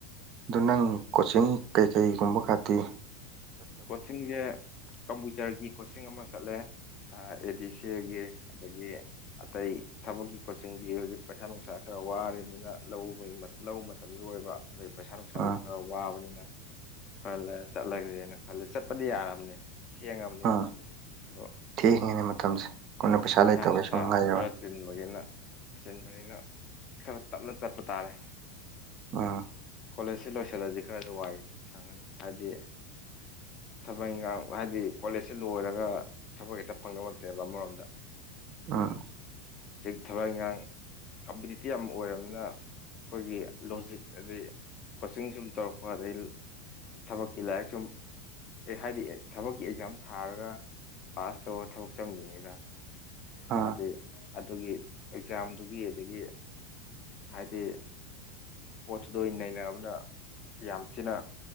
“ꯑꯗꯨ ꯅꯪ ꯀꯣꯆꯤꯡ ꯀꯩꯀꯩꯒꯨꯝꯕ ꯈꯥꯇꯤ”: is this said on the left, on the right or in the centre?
Right